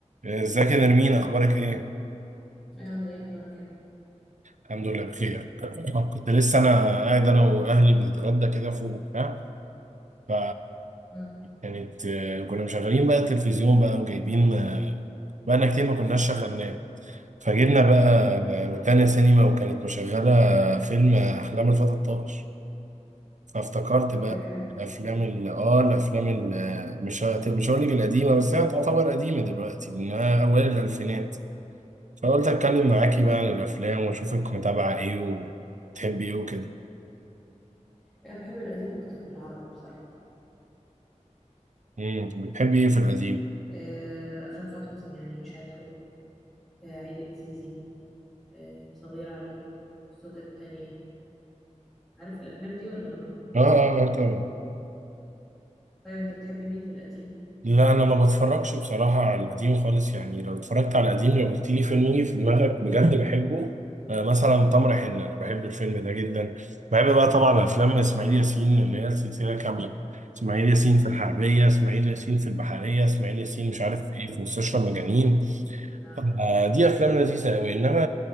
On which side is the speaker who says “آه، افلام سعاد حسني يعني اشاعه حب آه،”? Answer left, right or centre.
Centre